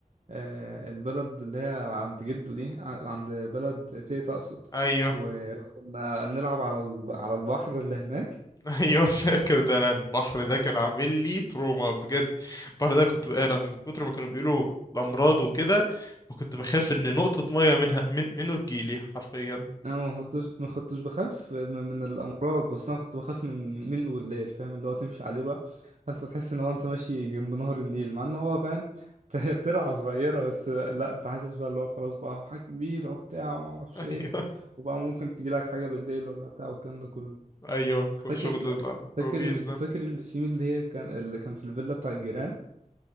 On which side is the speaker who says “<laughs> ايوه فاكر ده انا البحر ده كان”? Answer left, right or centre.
Left